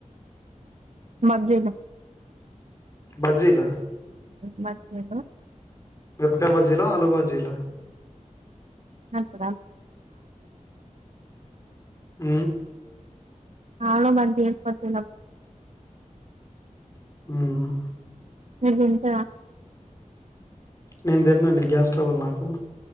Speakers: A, on the right (about 60°); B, on the left (about 25°).
A: మలో
B: బజ్జీలా
A: మస్కు
B: అర్పతబాద్ జిలా ఆలాబాద్ జిల్లా
A: నకు
B: అ
A: అవును <inaudible> బరిసుపోతు
B: ఉమ్
A: మీది ఎంత
B: నేను తిననండి గ్యాస్ ట్రబుల్ నాకు